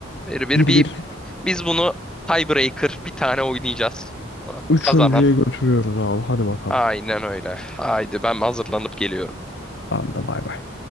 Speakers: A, in the centre; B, on the left.
A: Bir bir
B: Bir
A: bir
B: bir
A: biz bunu tiebreaker bir tane oynayacağız. Tamam mı?
B: üçüncüye
A: Kazanan.
B: götürüyoruz abi. Hadi bakalım.
A: Aynen öyle. Haydi ben hazırlanıp geliyorum.
B: Ben de bay bay.